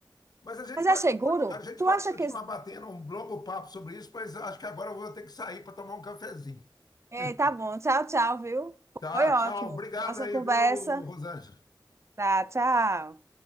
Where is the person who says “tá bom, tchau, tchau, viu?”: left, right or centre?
Right